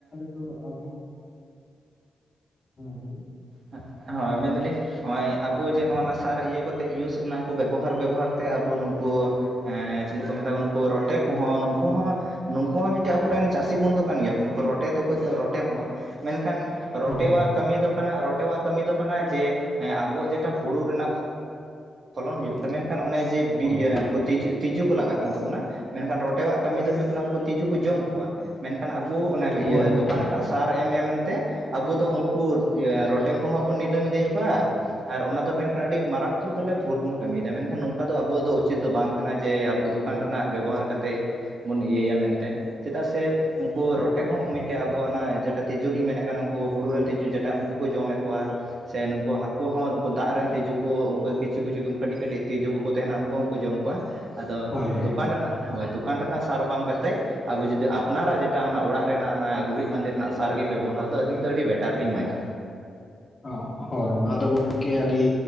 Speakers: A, on the left; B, on the right.
A: ᱛᱚ ᱟᱵᱚ ᱦᱮᱸ ᱞᱟᱹᱭᱵᱮᱱ
B: ᱦᱮᱸ ᱦᱳᱭ ᱢᱮᱱᱫᱟᱞᱤᱧ ᱱᱚᱜᱼᱚᱭ ᱟᱵᱚ ᱡᱮ ᱱᱚᱜᱼᱚᱭ ᱱᱚᱣᱟ ᱥᱟᱨ ᱤᱭᱟᱹᱛᱮᱫ ᱤᱭᱩᱥ ᱚᱱᱟ ᱠᱚ ᱵᱮᱵᱚᱦᱟᱨ ᱵᱮᱵᱚᱦᱟᱨ ᱛᱮ ᱟᱵᱚ ᱱᱩᱠᱩ ᱦᱮᱸ ᱪᱮᱞᱤ ᱠᱚ ᱢᱮᱛᱟᱜ ᱠᱚ ᱱᱩᱠᱩ ᱨᱚᱴᱮ ᱠᱚᱦᱚᱸ ᱱᱩᱠᱩ ᱦᱚᱸ ᱱᱩᱠᱩ ᱦᱚᱸ ᱢᱤᱫᱴᱮᱱ ᱟᱵᱚ ᱨᱮᱱ ᱪᱟᱹᱥᱤ ᱵᱚᱱᱫᱷᱩ ᱠᱟᱱ ᱜᱮᱭᱟ ᱠᱚ ᱩᱱᱠᱩ ᱨᱚᱴ ᱨᱚᱴᱮ ᱛᱮᱠᱚ ᱨᱚᱴᱮ ᱦᱚᱸ ᱢᱮᱱᱠᱷᱟᱱ ᱨᱚᱴᱮᱭᱟᱜ
A: ᱦᱳᱭ ᱦᱳᱭ
B: ᱠᱟᱹᱢᱤ ᱫᱚ ᱠᱟᱱᱟ ᱨᱚᱴ ᱴᱮᱭᱟᱜ ᱠᱟᱹᱢᱤ ᱫᱚ ᱠᱟᱱᱟ ᱡᱮ ᱟᱵᱚᱣᱟᱜ ᱡᱮᱴᱟ ᱦᱩᱲᱩ ᱨᱮᱱᱟᱜ ᱯᱷᱚ ᱯᱷᱚᱞᱚᱱ ᱦᱩᱭᱩᱜ ᱠᱟᱱᱟ ᱟᱫᱚ ᱢᱮᱱᱠᱷᱟᱱ ᱚᱱᱮ ᱡᱮ ᱤᱭᱟᱹ
A: ᱦᱳᱭ
B: ᱩᱱᱠᱩ ᱛᱤᱡᱩ ᱛᱤᱡᱩ ᱠᱚ ᱞᱟᱜᱟᱜ ᱠᱟᱱ ᱛᱟᱵᱚᱱᱟ ᱢᱮᱱᱠᱷᱟᱱ ᱨᱚᱴᱮᱭᱟᱜ ᱠᱟᱹᱢᱤ ᱫᱚ ᱦᱩᱭᱩᱜ ᱠᱟᱱᱟ ᱩᱱᱠᱩ ᱛᱤᱡᱩ ᱠᱚ ᱡᱚᱢ ᱠᱚᱣᱟ ᱢᱮᱱᱠᱷᱟᱱ ᱟᱵᱚ ᱚᱱᱟ ᱤᱭᱟᱹ
A: ᱦᱳᱭ
B: ᱫᱚᱠᱟᱱ
A: ᱦᱳᱭ ᱦᱳᱭ
B: ᱨᱮᱱᱟᱜ ᱥᱟᱨ ᱮᱢ ᱮᱢᱛᱮ ᱟᱵᱚ ᱫᱚ ᱩᱱᱠᱩ ᱨᱚᱴ ᱴᱮ ᱠᱚᱦᱚᱸ ᱵᱚᱱ ᱱᱤᱞᱟᱹᱢ ᱤᱫᱤᱭᱮᱫ ᱠᱚᱣᱟ ᱟᱨ ᱚᱱᱟ ᱫᱚ ᱢᱮᱱᱠᱷᱟᱱ ᱟᱹᱰᱤ ᱢᱟᱨᱟᱠᱛᱚᱠ ᱵᱚᱞᱮ ᱵᱷᱩᱞ ᱵᱚᱱ ᱠᱟᱹᱢᱤᱭᱮᱫᱟ ᱢᱮᱱᱠᱷᱟᱱ ᱱᱚᱝᱠᱟ ᱫᱚ ᱟᱵᱚᱣᱟᱜ ᱫᱚ ᱩᱪᱤᱛ ᱫᱚ ᱵᱟᱝ ᱠᱟᱱᱟ ᱡᱮ ᱟᱵᱚ ᱫᱚ ᱫᱚᱠᱟᱱ ᱨᱮᱱᱟᱜ ᱵᱮᱵᱚᱦᱟᱨ ᱠᱟᱛᱮᱫ ᱵᱚᱱ ᱤᱭᱟᱹᱭᱟ ᱢᱮᱱᱛᱮ ᱪᱮᱫᱟᱜ ᱥᱮ ᱩᱱᱠᱩ ᱨᱚᱴᱮ ᱦᱚᱸ ᱢᱤᱫᱴᱮᱱ ᱟᱵᱚᱣᱟᱜ ᱚᱱᱟ ᱡᱮᱴᱟ ᱛᱤᱡᱩ ᱞᱤᱧ ᱢᱮᱱᱮᱫ ᱠᱟᱱᱟ ᱩᱱᱠᱩ ᱦᱩᱲᱩ ᱨᱮᱱ ᱛᱤᱡᱩ ᱡᱮᱴᱟ ᱩᱱᱠᱩ ᱠᱚ ᱡᱚᱢᱮᱫ ᱠᱚᱣᱟ ᱠᱚᱣᱟᱜ ᱥᱮ ᱱᱩᱠᱩ ᱦᱟᱹᱠᱩ ᱦᱚᱸ ᱩᱱᱠᱩ ᱫᱟᱜ ᱨᱮᱱ ᱛᱤᱡᱩ ᱠᱚ ᱩᱱᱠᱩ ᱠᱤᱪᱷᱩ ᱠᱤᱪᱷᱩ ᱠᱟᱹᱴᱤᱡ ᱠᱟᱹᱴᱤᱡ ᱛᱤᱡᱩ ᱠᱚᱠᱚ ᱛᱟᱦᱮᱱᱟ ᱩᱱᱠᱩ ᱦᱚᱸᱠᱚ ᱡᱚᱢ ᱠᱚᱣᱟ ᱠᱚᱣᱟ ᱟᱫᱚ
A: ᱦᱳᱭ ᱦᱳᱭ
B: ᱫᱚᱠᱟᱱ ᱨᱮᱱᱟᱜ ᱦᱳᱭ ᱫᱚᱠᱟᱱ ᱨᱮᱱᱟᱜ ᱥᱟᱨ ᱵᱟᱝ ᱠᱟ ᱠᱟᱛᱮᱫ ᱟᱵᱚ ᱡᱩᱫᱤ ᱟᱯᱱᱟᱨᱟᱜ ᱡᱮᱴᱟ ᱚᱱᱟ ᱚᱲᱟᱜ ᱨᱮᱱᱟᱜ ᱚᱱᱟ ᱜᱩᱨᱤᱡ ᱢᱟᱸᱫᱮ ᱨᱮᱱᱟᱜ ᱥᱟᱨ ᱜᱮ ᱵᱮᱵᱚᱦᱟᱨ ᱫᱚ ᱟᱹᱞᱤᱧ ᱫᱚ ᱟᱹᱰᱤ ᱵᱮᱴᱟᱨ ᱞᱤᱧ ᱢᱮᱱᱟ
A: ᱚ ᱦᱳᱭ ᱱᱚᱣᱟ ᱫᱚ ᱜᱚᱢᱠᱮ ᱟᱹᱰᱤ